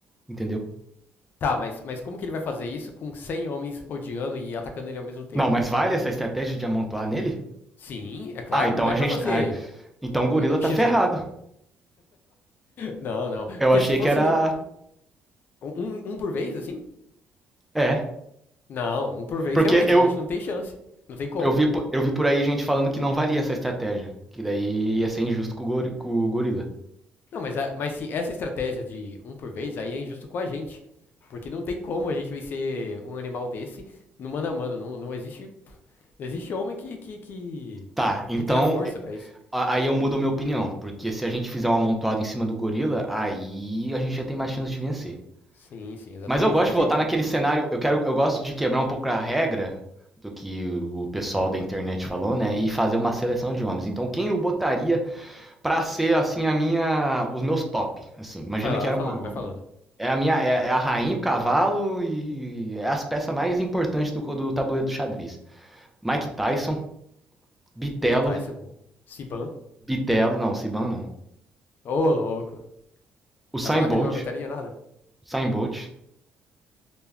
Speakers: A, in the centre; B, on the left.
A: entendeu?
B: Tá, mas, mas como que ele vai fazer isso com 100 homens rodeando e atacando ele ao mesmo tempo?
A: Não, mas vale essa estratégia de amontoar nele?
B: Sim, é claro,
A: Ah, então
B: não é
A: a gente.
B: pra fazer
A: tá, Ah, então o
B: um,
A: gorila
B: um
A: tá
B: X1.
A: ferrado.
B: Não, não.
A: Eu
B: Porque
A: achei
B: se fosse
A: que era.
B: um, um um por vez, assim?
A: É.
B: Não, um por vez,
A: Porque
B: realmente,
A: eu,
B: a gente não tem chance. Não tem como.
A: eu, vi, eu vi por aí gente falando que não valia essa estratégia. Que daí ia ser injusto com o, gori, com o gorila.
B: Não, mas, a- mas se essa estratégia de um por vez, aí é injusto com a gente. Porque não tem como a gente vencer um animal desse no mano a mano. Não, não existe. Não existe homem que, que, que,
A: Tá, então
B: que tenha força pra isso.
A: aí eu mudo a minha opinião. Porque se a gente fizer um amontoado em cima do gorila, aí a gente já tem mais chance de vencer.
B: Sim, sim, exatamente.
A: Mas eu gosto
B: Porque.
A: de voltar naquele cenário. Eu quero, eu gosto de quebrar um pouco a regra do que o pessoal da internet falou, né? E fazer uma seleção de homens. Então, quem eu botaria pra ser assim a minha, os meus top, assim. Imagina
B: Vai lá,
A: que
B: vai
A: era
B: falando,
A: uma,
B: vai falando.
A: é a minha, é, é a rainha, o cavalo e é as peças mais importantes do, do tabuleiro do xadrez. Mike Tyson, Bitello,
B: Vai que tá, esse bom. Siban.
A: Bitello não, Siban não.
B: Ô, louco.
A: O Usain
B: Vai falar
A: Bolt,
B: que ele não aguentaria nada?
A: Usain Bolt,